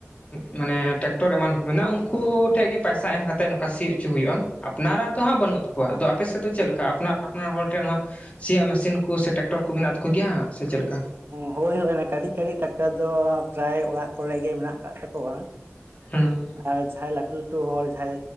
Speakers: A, on the left; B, on the right.
A: ᱢᱟᱱᱮ ᱴᱮᱠᱴᱚᱨ ᱮᱢᱟᱱ ᱠᱚ ᱢᱮᱱᱟᱜᱼᱟ ᱩᱱᱠᱩ ᱴᱷᱮᱱ ᱜᱮ ᱯᱟᱹᱭᱥᱟ ᱮᱢ ᱠᱟᱛᱮ ᱱᱚᱝᱠᱟ ᱥᱤ ᱚᱪᱚ ᱦᱩᱭᱩᱜᱼᱟ᱾ ᱟᱯᱱᱟᱨᱟᱜ ᱫᱚ ᱦᱟᱸᱜ ᱵᱟᱹᱱᱩᱜ ᱛᱟᱠᱚᱣᱟ ᱟᱫᱚ ᱟᱯᱮ ᱥᱮᱫ ᱫᱚ ᱪᱮᱫ ᱞᱮᱠᱟ ᱟᱯᱱᱟᱨ? ᱟᱯᱱᱟᱨ ᱦᱚᱲ ᱴᱷᱮᱱ ᱱᱚᱣᱟ ᱥᱮᱭᱟᱜ ᱢᱮᱥᱤᱱ ᱠᱚ ᱥᱮ ᱴᱟᱠᱴᱚᱨ ᱠᱚ ᱢᱮᱱᱟᱜ ᱛᱟᱠᱚ ᱜᱮᱭᱟ ᱥᱮ ᱪᱮᱞᱠᱟ?
B: ᱦᱳᱭ ᱦᱳᱭ ᱚᱱᱟ ᱠᱟᱹᱴᱤᱡ ᱠᱟᱹᱴᱤᱡ ᱴᱟᱠᱴᱟᱨ ᱫᱚ ᱯᱮᱨᱟᱭ ᱚᱲᱟᱜ ᱠᱚᱨᱮ ᱜᱮ ᱢᱮᱱᱟᱜ ᱠᱟᱜ ᱛᱟᱠᱚᱣᱟ᱾
A: <inaudible>
B: ᱟᱨ ᱡᱟᱦᱟᱭ ᱞᱟᱹᱴᱩ ᱞᱟᱹᱴᱩ ᱦᱚᱲ ᱡᱟᱦᱟᱭ᱾